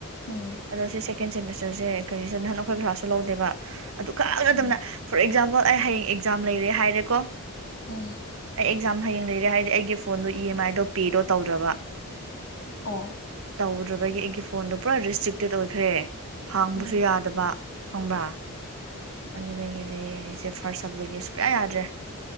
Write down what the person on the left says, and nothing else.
ꯎꯝ
ꯎꯝ
ꯎꯝ
ꯑꯣ
ꯎꯝ